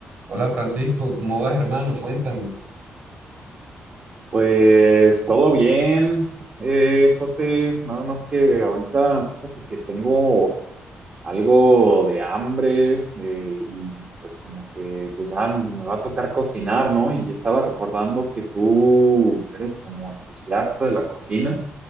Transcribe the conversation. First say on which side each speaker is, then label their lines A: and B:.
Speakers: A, on the right; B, on the right.
A: Hola Francisco, ¿cómo vas hermano? Cuéntame.
B: Pues todo bien, eh, José, nada más que ahorita fíjate que tengo algo de hambre eh, y pues como que pues, ah, me va a tocar cocinar, ¿no? Y estaba recordando que tú eres como entusiasta de la cocina